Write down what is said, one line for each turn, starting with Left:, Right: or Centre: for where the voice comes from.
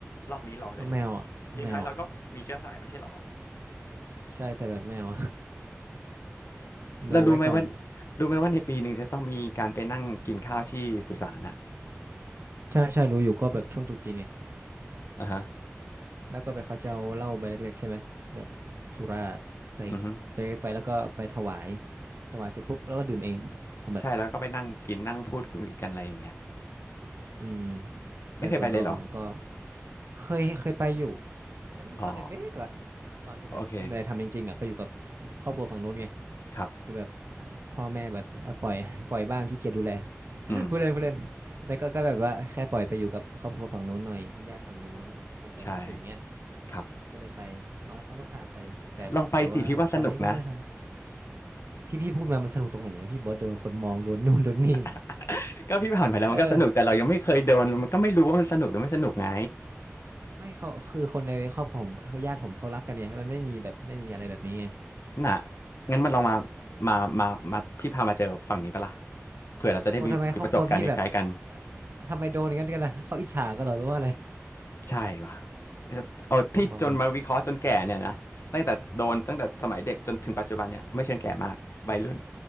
Left: รอบนี้ลองเลย
Right: เอาแมวอ่ะเอาแมวอ่ะ
Left: อย่างน้อยเราก็มีเชื้อสายไม่ใช่หรอ
Right: ใช่แต่แบบแมว <laughs> โนไว้ก่อน
Left: แล้วรู้ไหมว่ารู้ไหมว่าในปีหนึ่งจะต้องมีการไปนั่งกินข้าวที่สุสานอ่ะ
Right: ใช่ใช่รู้อยู่ก็แบบช่วงตรุษจีนเนี่ย
Left: อ่าฮะ
Right: แล้วก็ไปเขาจะเอาเหล้าใบเล็กๆใช่ไหมแบบสุราใส่
Left: อือฮึ
Right: ใบเล็กไปแล้วก็ไปถวายถวายเสร็จปุ๊บแล้วก็ดื่มเองผมแบบ
Left: ใช่แล้วก็ไปนั่งกินนั่งพูดคุยกันอะไรอย่างเงี้ย
Right: อืม
Left: ไม่เคยไปเลยเหรอ
Right: แต่ส่วนตัวผมก็ เคยเคยไปอยู่นั้นตอนเด็กๆล่ะ
Left: อ๋อ
Right: ตอนที่แบบไม่มีอะไรทำจริงๆอ่ะไปอยู่กับ
Left: โอเค
Right: ครอบครัวฝั่งนู้นไง
Left: ครับ
Right: คือแบบพ่อพ่อแม่แบบเออปล่อยปล่อยบ้างขี้เกียจดูแล <laughs>
Left: อืม
Right: พูดเล่นพูดเล่นแต่ก็ก็แบบว่าแค่ปล่อยไปอยู่กับครอบครัวฝั่งนู้นหน่อยญาติฝั่งนู้นคนแก่คิดถึงเนี้ย
Left: ใช่ครับ
Right: ก็เลยไปอ๋อแล้วเขาก็พาไปแต่แต่ว่าตอนนี้ก็ไม่ได้ทำ
Left: ลองไปสิพี่ว่าสนุกนะ
Right: ที่พี่พูดมามันสนุกตรงไหนเนี่ยพี่บอกว่าโดนคนมองโดนนู่นโดนนี่
Left: <laughs> ก็พี่ผ่านมาแล้วมันก็สนุกแต่เรายังไม่เคยโดนมันก็ไม่รู้ว่ามันสนุกหรือไม่สนุกไง
Right: เออไม่เขาคือคนในครอบครัวผมคือญาติผมเขารักกันไงมันไม่มีแบบไม่มีอะไรแบบนี้ไง
Left: น่ะงั้นมันลองมามามามาพี่พามาเจอฝั่งนี้ปะล่ะเผื่อเราจะได้มีมีประสบการณ์คล้ายๆกัน
Right: โอ้ทำไมครอบครัวพี่แบบเอ่อทำไมโดนอย่างนั้นกันนะเขาอิจฉากันเหรอหรือว่าอะไร
Left: ใช่ว่ะเอาพี่จนมาวิเคราะห์จนแก่เนี่ยนะตั้งแต่โดนตั้งแต่สมัยเด็กจนถึงปัจจุบันเนี่ยไม่เชิงแก่มากวัยรุ่น
Right: อ๋อ